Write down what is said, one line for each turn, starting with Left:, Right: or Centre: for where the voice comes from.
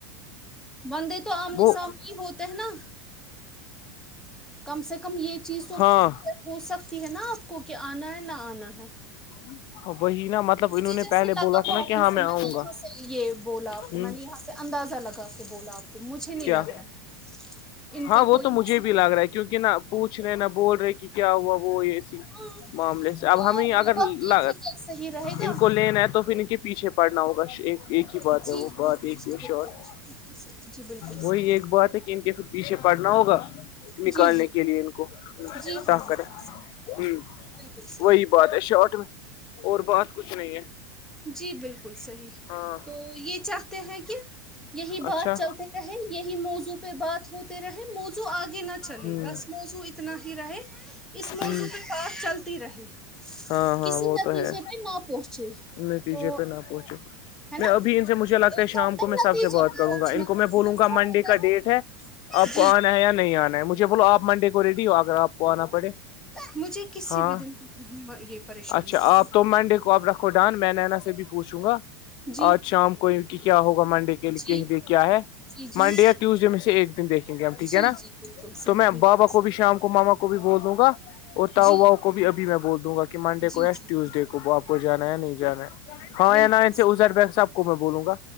Centre: بندے تو آمنے
Left: وہ
Centre: سامنے ہی ہوتے ہیں نا کم سے کم یہ چیز تو
Left: ہاں
Centre: ہو سکتی ہے نا آپ کو کہ آنا ہے نہ آنا ہے
Left: <inaudible> وہی نا مطلب
Centre: اس
Left: انہوں نے
Centre: جیس
Left: پہلے
Centre: لگف
Left: بولا تھا نا کہ ہاں
Centre: سے میں
Left: آؤں
Centre: نے یہاں
Left: گا
Centre: سے یہ بولا آپ
Left: ہ
Centre: میں نے یہاں سے اندازہ لگا کے بولا آپ کو مجھے نہیں
Left: کیا
Centre: لگ رہا ہے ان
Left: ہاں
Centre: کا
Left: وہ
Centre: کوئی
Left: تو مجھے
Centre: مسئلہ
Left: بھی لگ رہا ہے کہ کیونکہ نہ پوچھ رہے نہ بول رہے کہ کیا ہوا وہ اسی
Centre: ہاں
Left: معاملے سے اب
Centre: تو
Left: ہمیں اگر
Centre: اب آپ
Left: ل
Centre: دیکھیے کیا صحیح رہے گا
Left: ان کو لینا ہے تو پھر ان کے پیچھے پڑنا ہوگا ایک ایک ہی بات
Centre: جی
Left: ہے وہ بات
Centre: ہاں
Left: ایک
Centre: جی
Left: ہی ہے
Centre: بالکل
Left: شارٹ
Centre: جی بالکل صحیح جی بالکل
Left: وہی
Centre: صحیح,
Left: ایک بات ہے کہ ان کے پھر پیچھے پڑنا ہوگا
Centre: جی
Left: نکالنے
Centre: جی
Left: کے لیے ان کو
Centre: جی
Left: طح
Centre: ہاں بالکل
Left: کریں ہ
Centre: بالکل صحیح
Left: وہی بات ہے شارٹ میں اور بات کچھ نہیں ہے
Centre: جی بالکل صحیح
Left: ہاں
Centre: تو یہ چاہتے ہیں کہ یہی بات
Left: اچھا
Centre: چلتے رہے یہی موضو پہ بات ہوتے رہے موزو آگے نہ چلے
Left: ہ
Centre: بس موضو اتنا ہی رہے اس موضع
Left: ہ
Centre: پہ بات چلتی رہی
Left: ہاں ہاں
Centre: کسی
Left: وہ
Centre: نتیجے
Left: تو ہے
Centre: میں نہ پہنچے
Left: نتیجے
Centre: تو
Left: پہ نہ پہنچے
Centre: ہے نا
Left: میں ابھی ان سے مجھے لگتا
Centre: ایک
Left: ہے
Centre: تو
Left: شام
Centre: ہوتا
Left: کو میں سب
Centre: نتیجے
Left: سے بات
Centre: پہ
Left: کروں
Centre: پہنچنا
Left: گا ان کو میں بولوں
Centre: دوسرا
Left: گا منڈے
Centre: ہوتا
Left: کا ڈیٹ ہے
Centre: ہے
Left: آپ کو آنا ہے یا نہیں آنا ہے مجھے بولو آپ منڈے کو ریڈی ہو آ کر آپ کو آنا پڑے
Centre: مجھے کسی
Left: ہاں
Centre: بھی دن یہ پریشانی
Left: اچھا
Centre: ہے
Left: آپ تو منڈے کو اب رکھو ڈان میں نینا سے بھی پوچھوں گا
Centre: جی
Left: آج
Centre: جی
Left: شام کو کہ کیا ہوگا منڈے کے لیے
Centre: جی
Left: کہے کیا ہے
Centre: جی
Left: منڈے یا ٹیوزڈے میں سے ایک دن دیکھیں گے ہم ٹھیک
Centre: جی
Left: ہے نا
Centre: جی بالکل صحیح
Left: تو میں
Centre: بالکل
Left: بابا کو بھی شام کو ماما کو کو بھی بول دوں گا اور تاؤ
Centre: جی
Left: واؤ کو بھی ابھی بھی میں بول دوں گا کہ منڈے
Centre: جی
Left: کو یا
Centre: جی
Left: ٹیوزڈے
Centre: بالکل
Left: کو آپس جانا یا نہیں جانا ہے ہاں
Centre: بالکل
Left: یہ ن سے ازر ب سب کو میں بولوں گا